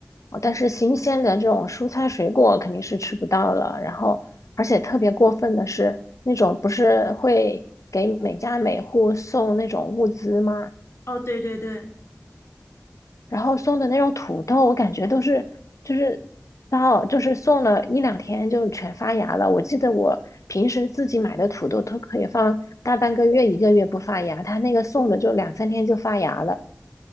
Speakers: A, on the left; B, on the left.
A: 哦但是新鲜的这种蔬菜水果肯定是吃不到了，然后，而且特别过分的是，那种不是会给每家每户送那种物资吗？
B: 哦，对对对，
A: 然后送的那种土豆，我感觉都是就是到就是送了一两天就全发芽了。我记得我平时自己买的土豆都可以放大半个月、一个月不发芽，他那个送的就两三天就发芽了。